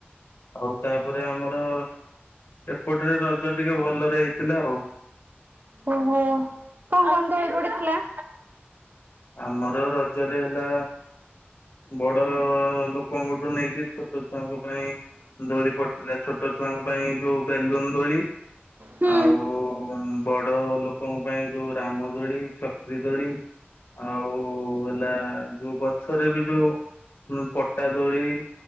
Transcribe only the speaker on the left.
ଆଉ ତାପରେ ଆମର ଏପଟରେ ରଜ ଟିକେ ଭଲରେ ହେଇଥିଲା ଆଉ।
ଆମର ରଜରେ ହେଲା ବଡ଼ ଲୋକଙ୍କଠୁ ନେଇକି ଛୋଟ ଛୁଆଙ୍କ ପାଇଁ- ଦୋଳି ପଡ଼ିଥିଲା ଛୋଟ ଛୁଆଙ୍କ ପାଇଁ ଯଉ ବେଲୁନ ଦୋଳି
ଆଉ ବଡ଼ ଲୋକଙ୍କ ପାଇଁ ଯଉ ରାମ ଦୋଳି ଚକ୍ରି ଦୋଳି ଆଉ ହେଲା ଯଉ ଗଛରେ ବି ଯଉ ପଟା ଦୋଳି